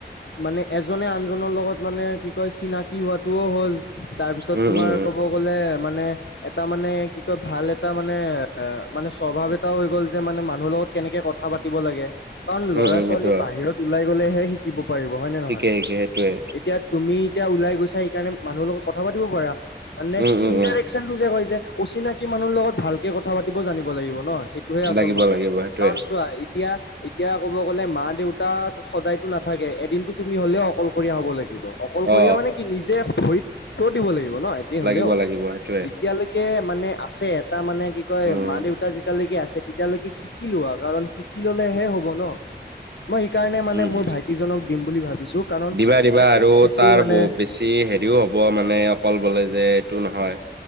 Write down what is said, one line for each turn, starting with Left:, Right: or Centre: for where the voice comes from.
Left: মানে এজনে আনজনৰ লগত মানে কি কয় চিনাক কি হোৱাটোও হ'ল তাৰপিছত
Right: উম
Left: তোমাৰ
Right: উম উম উম
Left: ক'ব গ'লে মানে এটা মানে কি কয় ভাল এটা মানে এ মানে স্বভাৱ এটা হৈ গ'ল যে মানে মানুহৰ লগত কেনেকে কথা পাতিব লাগে, কাৰণ
Right: উম
Left: ল'ৰা-
Right: উম
Left: ছোৱালীক
Right: সেইটো হয়
Left: বাহিৰত ওলাই গলেহে শিকিব পাৰিব হয় নে নহয়
Right: ঠিকে ঠিকে সেইটোয়ে
Left: এতিয়া তুমি এতিয়া ওলাই গৈ ছা সেইকাৰণে মানুহৰ লগত কথা পাতিব পাৰা মানে
Right: উম উম
Left: ইণ্টাৰেকচন
Right: উম
Left: টো যে হয় যে অচিনাকি মানুহৰ লগত ভালকে কথা পাতিব জানিব লাগিব ন' সেইটোহে আচল
Right: লাগিব
Left: কথা
Right: লাগিব সেইটোয়ে
Left: কাৰণ চোৱা এতিয়া এতিয়া ক'ব গ'লে মা-দেউতা সদায়তো নাথাকে এদিনতো তুমি হ'লেও অকলশৰীয়া হ'ব লাগিব ব অকলশৰীয়া
Right: অ
Left: মানে কি নিজে ভৰিত থিয় দিব লাগিব ন'এদিন
Right: লাগিব
Left: হলেওঁ
Right: লাগিব সেইটোয়ে
Left: যেতিয়ালৈক কে মানে আছে এটা মানে কি কয়
Right: উম
Left: মা-দেউ তা যেতিয়ালৈকে আছে তেতিয়ালৈকে শিকিলোৱা কাৰণ শিকি ল'লেহে হ'ব ন'। মই সেইকাৰণে মানে
Right: উম
Left: মোৰ
Right: উম
Left: ভাইটি জনক দিম বুলি ভাবিছো। কাৰণ
Right: দিবা, দিবা
Left: মানে খুব
Right: আৰু
Left: বেছি
Right: তাৰ
Left: মানে
Right: বহুত বেছি হেৰিও হব ব মানে অকল বলে যে এইটো নহয়।